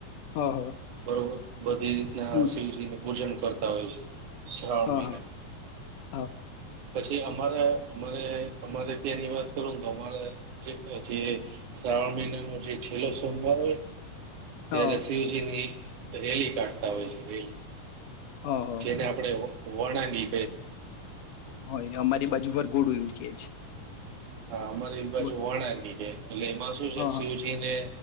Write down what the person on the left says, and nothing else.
હા હા
હમ
હા
હા હા
હા
હા હા
હોય અમારી બાજુ વર ગોડું જ કે છે.
વ-
હા
હા